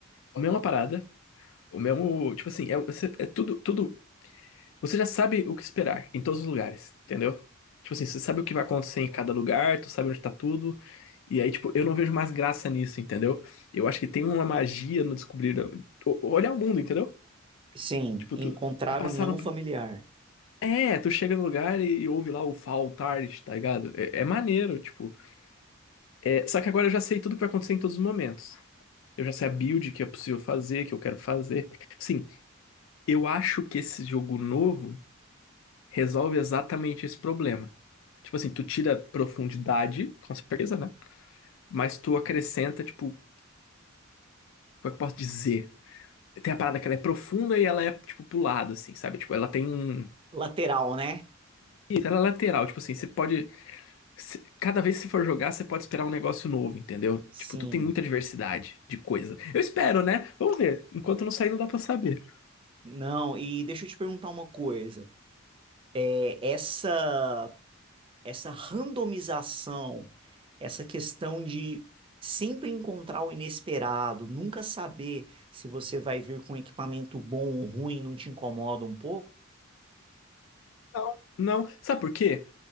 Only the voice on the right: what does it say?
Sim,
encontrar
o não familiar.
Lateral, né?
Sim.
Não, e deixa eu te perguntar uma coisa. É, essa essa randomização, essa questão de sempre encontrar o inesperado, nunca saber se você vai vir com equipamento bom ou ruim, não te incomoda um pouco?